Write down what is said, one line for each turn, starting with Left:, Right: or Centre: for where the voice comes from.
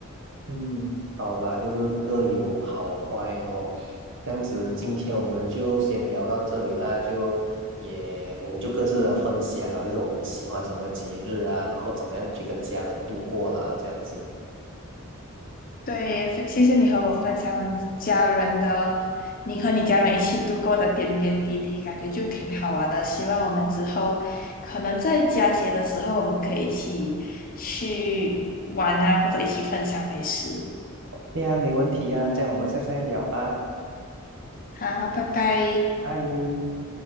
Right: 嗯，好啦，就是各有好坏咯。这样子，今天我们就先聊到这里啦，就也我们就各自的分享啊，就是我们喜欢什么节日啊，然后怎么样去跟家人度过啦，这样子。
Left: 对，非谢谢你和我分享了你家人的，你和你家人一起度过的点点滴滴，感觉就挺好玩的。希望我们之后可能在佳节的时候，我们可以一起去玩啊，或者一起分享美食。
Right: 对呀，没问题呀，这样我们下次再聊吧，
Left: 好，拜拜。
Right: 拜。